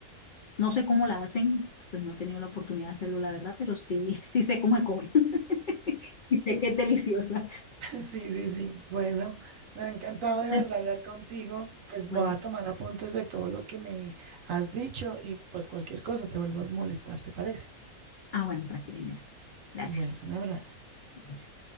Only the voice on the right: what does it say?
Sí, sí, sí. Bueno, me ha encantado de
verdad hablar contigo. Pues
voy a tomar apuntes de todo lo que me has dicho y pues cualquier cosa te vuelvo a molestar, ¿te parece?
Bueno, un abrazo.